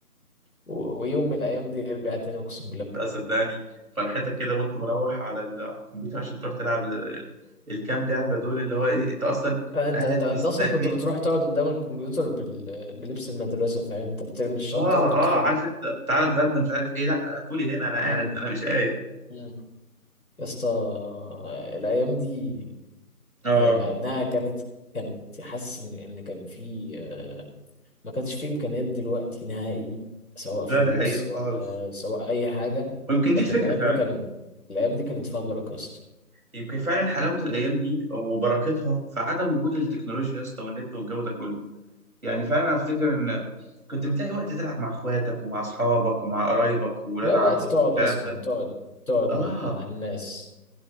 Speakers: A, on the left; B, on the right.
A: و- ويوم من الايام دي يرجع تاني اقسم بالله
B: لا صدقني فرحتك كده وانت مروح على ال- على الكمبيوتر عشان تروح تلعب ال- الكام لعبة دول اللي هو ايه انت اصلا
A: آه، انت
B: قاعد
A: انت انت
B: مستني
A: اصلا كنت بتروح تقعد قدام الكمبيوتر بال... بلبس المدرسه فاهم انت بترمي الشنطه
B: اه
A: وتدخل
B: اه عارف انت تعالى اتغدى مش عارف ايه لا تقولي هنا انا قاعد
A: امم
B: انا مش قايم
A: امم يا اسطى الايام دي
B: اه
A: آه، مع انها كانت كانت حاسس ان ان كان في آه، ما كانش في امكانيات دلوقتي نهائي سواء
B: لا
A: فلوس
B: ده حقيقة
A: سواء
B: خالص
A: آه، سواء اي حاجه
B: ويمكن
A: لكن
B: دي الفكرة
A: الايام
B: فعلا
A: دي كان الايام دي كانت فيها بركه يا اسطى
B: يمكن فعلا حلاوة الأيام دي وبركتها في عدم وجود التكنولوجيا يا اسطى والنت والجو ده كله يعني فعلا أنا أفتكر إن كنت بتلاقي وقت تلعب مع إخواتك ومع أصحابك ومع قرايبك وولاد
A: لا
B: عمك
A: وقت تقعد
B: والكلام
A: اصلا
B: ده
A: تقعد تقعد
B: آه
A: مع مع الناس